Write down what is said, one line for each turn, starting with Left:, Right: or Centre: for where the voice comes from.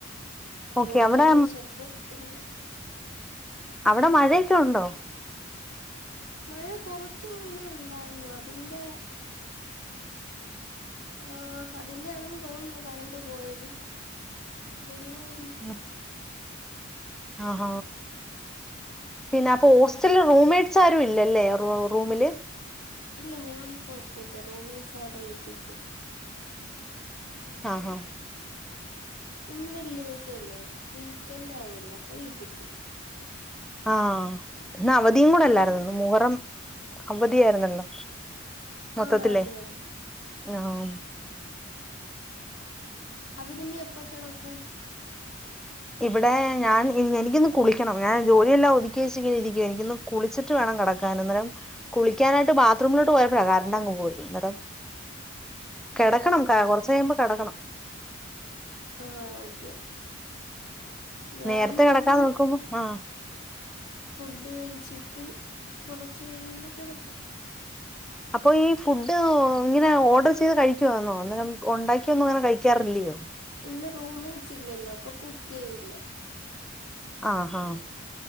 Left: അതോണ്ടെന്നെ
Centre: ഓക്കെ അവിടെ
Left: വെശപ്പും ഇല്ല
Centre: അവടെ മഴയൊക്കെ ഉണ്ടോ
Left: മഴ കൊറച്ച് മുന്നേ ഉണ്ടായിരുന്നു അതിന്റെ ആ അതിന്റെ ആണെന്ന് തോന്നുന്നു കരന്റ് പോയത് വെരുമായി
Centre: ഉം ആഹ പിന്നപ്പൊ ഹോസ്റ്റല്ല്
Left: ആ.
Centre: റൂംമേറ്റ്സാരും ഇല്ലല്ലേ റൂമില്
Left: ഇല്ല ഞാനിപ്പോ ഒറ്റയ്ക്ക റൂംമേറ്റ്സ് അവര്ടെ വീട്ടിപ്പോയി
Centre: ആ ആ
Left: ഇന്ന് വെള്ളിയാഴ്ചയല്ലേ വീക്കെന്റാവല്ലേ അപ്പൊ വീട്ടി പോയി
Centre: ആ ഇന്ന് അവധിയും കൂടെല്ലായിരുന്നോ
Left: ഞാൻ
Centre: മുഹറം അവധിയായിരുന്നല്ലോ മൊത്തത്തിലേ
Left: ആ അതെ അതെ
Centre: ആഹ്
Left: അവടെനി എപ്പൊ കെടക്കും
Centre: ഇവടെ ഞാൻ എനിക്കൊന്ന് കുളിക്കണം ഞാൻ ജോലിയെല്ലാം ഒതുക്യെച്ച് ങ്ങനെ ഇരിക്ക എനിക്കൊന്ന് കുളിച്ചിട്ട് വേണം കെടക്കാൻ അന്നേരം കുളിക്കാനായിട്ട് ബാത്റൂമിലോട്ട് പോയപ്പോഴ കറന്റ‌ങ് പോയി അന്നേരം കെടക്കണം
Left: ആഹ് ഓക്കെ
Centre: കൊർച്ചയ്യുമ്പോ കെടക്കണം
Left: ആ ഓക്കെ ഞാനിനി
Centre: നേരത്തെ കെടക്കാൻ നോക്കുമ്പോ ആ
Left: ഫുഡ് കഴിച്ചിട്ട് കുറച്ച് കഴിയുമ്പോ കെടക്കും
Centre: അപ്പൊ ഈ ഫുഡ് ഇങ്ങനെ ഓഡർ ചെയ്ത് കഴിക്കുവാന്നോ അന്നേരം ഒണ്ടാക്ക്യോന്നും അങ്ങനെ കഴിക്കാറില്ല്യോ
Left: ഇന്ന് റൂം മേറ്റ്സ് ല്ലല്ലോ അപ്പൊ കുക്കെയ്തില്ല
Centre: ആ ഹ ഹ